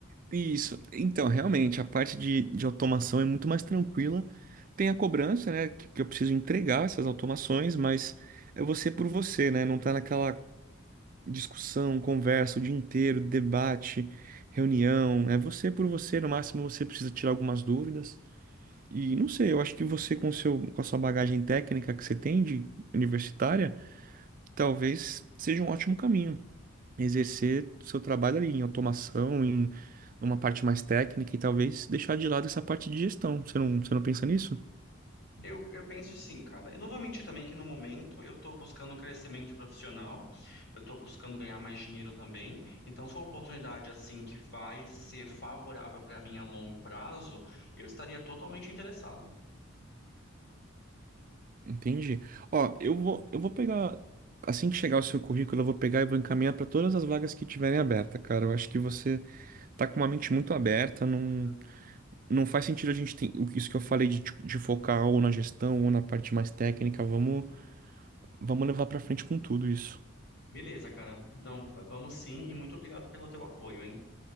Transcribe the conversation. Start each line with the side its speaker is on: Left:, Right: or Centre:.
Right: Isso. Então, realmente, a parte de, de automação é muito mais tranquila. Tem a cobrança, né? Que, que eu preciso entregar essas automações, mas é você por você, né? Não tá naquela discussão, conversa o dia inteiro, debate, reunião. É você por você. No máximo, você precisa tirar algumas dúvidas. E não sei, eu acho que você, com o seu, com a sua bagagem técnica que você tem de universitária, talvez seja um ótimo caminho exercer seu trabalho ali em automação, em uma parte mais técnica e talvez deixar de lado essa parte de gestão. Você não, você não pensa nisso?
Left: Eu, eu penso sim, cara. Eu não vou mentir também que no momento eu estou buscando um crescimento profissional, eu estou buscando ganhar mais dinheiro também. Então, se for uma oportunidade assim que vai ser favorável para mim a longo prazo, eu estaria totalmente interessado.
Right: Entendi. Ó, eu vou, eu vou pegar. Assim que chegar o seu currículo, eu vou pegar e vou encaminhar para todas as vagas que tiverem aberta, cara. Eu acho que você tá com uma mente muito aberta, não,
Left: Uhum,
Right: não faz sentido a gente ter o- isso que eu falei de, tipo, de focar ou na gestão ou na parte mais técnica. Vamos,
Left: uhum.
Right: vamos levar para frente com tudo isso.
Left: Beleza, cara. Não, vamos sim e muito obrigado pelo teu apoio, hein?